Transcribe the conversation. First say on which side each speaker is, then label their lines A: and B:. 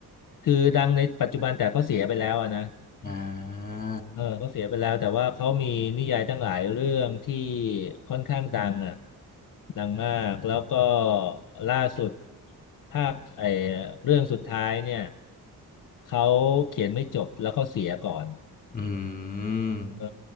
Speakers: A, on the left; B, on the left.
A: คือดังในปัจจุบันแต่เขาเสียไปแล้วอะนะ
B: อ่า
A: เออเขาเสียไปแล้วแต่ว่าเขามีนิยายตั้งหลายเรื่องที่ค่อนข้างดังอ่ะดังมากแล้วก็ล่าสุดภาคไอ้เรื่องสุดท้ายเนี่ยเขาเขียนไม่จบแล้วเขาเสียก่อน
B: อืม
A: เออ